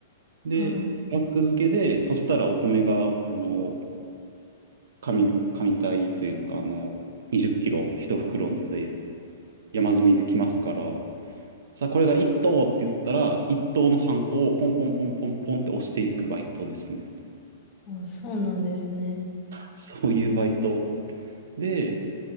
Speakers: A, on the right (about 55°); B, on the left (about 30°).
A: で、
B: は
A: ランク付けで、そしたらお米が、あの、紙、紙体というか、あの、20キロ一袋ので山積みできますから、さあ、これが一等って言ったら、一等のハンコをポンポンポンポンポンって押していくバイトですね。
B: い。あ、そうなんですね。
A: そういうバイトで、